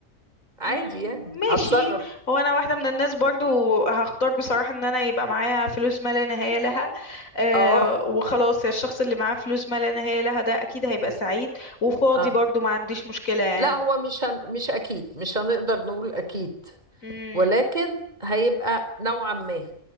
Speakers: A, on the right; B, on the left.
A: عادي
B: مم،
A: يعني
B: ماشي
A: هتصرف
B: هو انا واحده من الناس برضو هختار بصراحه ان انا يبقى معايا فلوس ما لا نهايه لها أه
A: اه
B: وخلاص الشخص اللي معاه فلوس ما لا نهايه لها ده اكيد هيبقى سعيد وفاضي
A: اه
B: برضو ما عنديش مشكله يعني
A: لا هو مش هن... مش أكيد مش هنقدر نقول أكيد
B: مم.
A: ولكن هيبقى نوعا ما